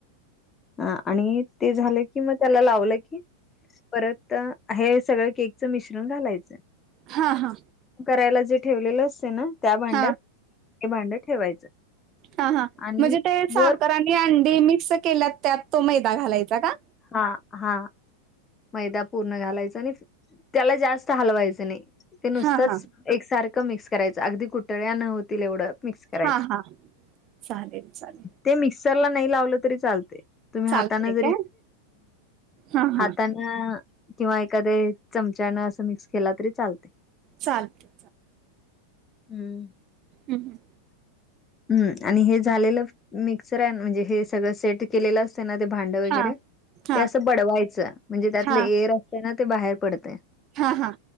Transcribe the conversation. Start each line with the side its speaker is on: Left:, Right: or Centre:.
Left: ह आणि ते झालं की मग त्याला लावलं की... परत हे सगळं केक च मिश्रण घालायचं....
Right: हा हा....
Left: करायला जे ठेवलेलं असते ना त्या भांड्यात
Right: हा
Left: हे भांड ठेवायचं.....
Right: हा हा
Left: आणि
Right: म्हणजे ते साखर
Left: वर
Right: आणि अंडी मिक्स केल्या त्यात तो मैदा घालायचा का.....
Left: हा हा... मैदा पूर्ण घालायच आणि त्याला जास्त हलवायचं नाही ते नुसतच....
Right: हा हा
Left: एकसारखं मिक्स करायचं अगदी कुठळ्या न होतील एवढं... मिक्स करायच्
Right: हा हा चालेल चालेल
Left: ते मिक्सरला नाही लावलं तरी चालते.... तुम्ही
Right: चालतेय
Left: हाताने
Right: का हा हां..
Left: ह किंवा एखादे चमचान असं मिक्स केला तरी चालते...
Right: चालते....
Left: हम्म..
Right: हम् हम
Left: हम्म आणि हे झालेलं मिक्सर आहे म्हणजे हे सगळं सेट केलेलं.... ना ते भांड वगैरे
Right: हा हा
Left: ते असं बडवायचं म्हणजे त्यातलं
Right: हा
Left: एर असत ना ते बाहेर पडतय...
Right: हा हा....